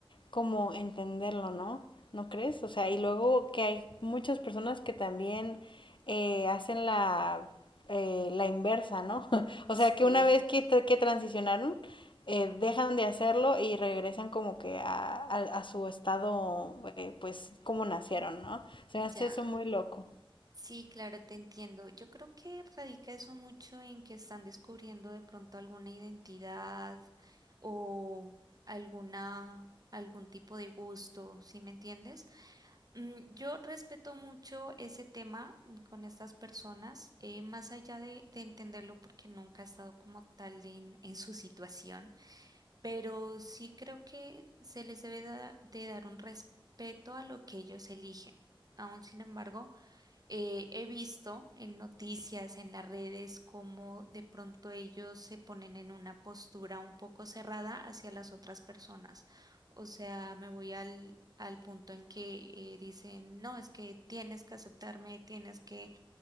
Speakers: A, on the left; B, on the right.
A: como entenderlo, ¿no? ¿No crees? O sea, y luego que hay muchas personas que también eh, hacen la, eh, la inversa, ¿no? <laughs> O
B: sí,
A: sea, que una vez que, tra- que transicionaron, eh, dejan de hacerlo y regresan como que a, a- a su estado, eh, pues, como nacieron, ¿no? Se
B: ya.
A: me hace eso muy loco.
B: Sí, claro, te entiendo. Yo creo que radica eso mucho en que están descubriendo de pronto alguna identidad o alguna, algún tipo de gusto, ¿sí me entiendes? Mm, Yo respeto mucho ese tema mm, con estas personas, eh, más allá de, de entenderlo porque nunca he estado como tal en, en su situación, pero sí creo que se les debe da- de dar un respeto a lo que ellos eligen. Aún sin embargo, eh, he visto en noticias, en las redes, cómo de pronto ellos se ponen en una postura un poco cerrada hacia las otras personas. O sea, me voy al, al punto en que eh, dicen, no, es que tienes que aceptarme, tienes que,